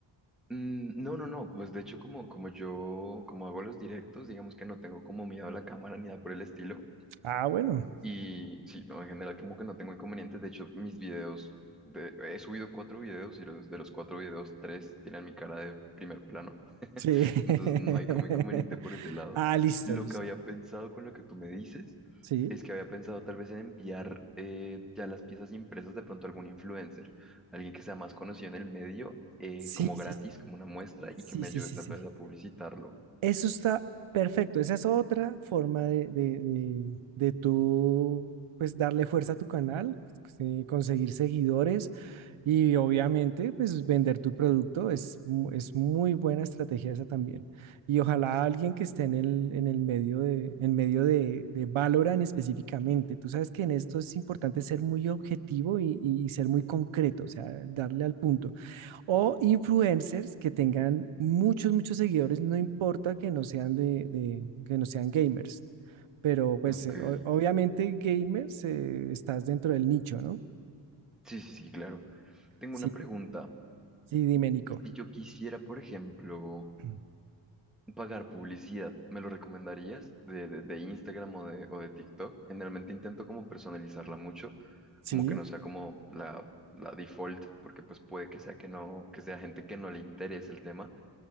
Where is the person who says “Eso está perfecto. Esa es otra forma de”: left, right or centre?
Right